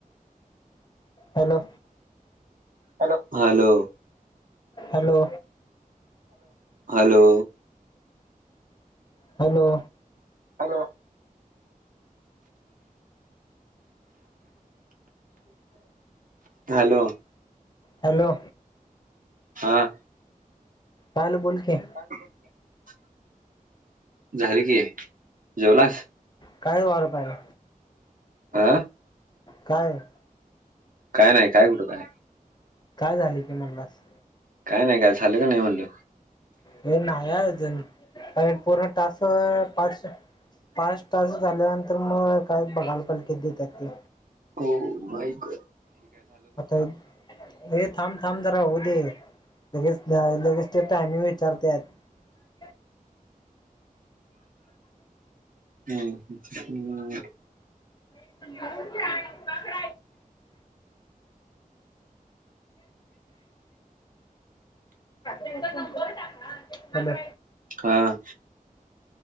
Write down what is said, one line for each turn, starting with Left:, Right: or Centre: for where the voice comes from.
Left: hello
Right: hello hello
Left: hello
Right: hello
Left: hello
Right: hello hello
Left: hello
Right: हम
Left: चाल बोल
Right: <inaudible>
Left: की
Right: झाले की जेवलास?
Left: काय वार पाहिला
Right: हा
Left: काय
Right: काय नाही काय कुठं काय
Left: काय झाले की म्हणलास
Right: काय नाही काय झालं का नाही म्हणलं
Left: हे नाही अजून कार पूर्ण टास्क स पाचशे पाच तास झाल्यानंतर मग काय बघालपालकेत देतात ते
Right: हो बाईक
Left: आता हे थांब थांब जरा होऊ दे लगेच लगेच ते टायमिंग विचारत्यात
Right: हम् हम्
Left: <inaudible> नंबर टाक हॅलो
Right: हा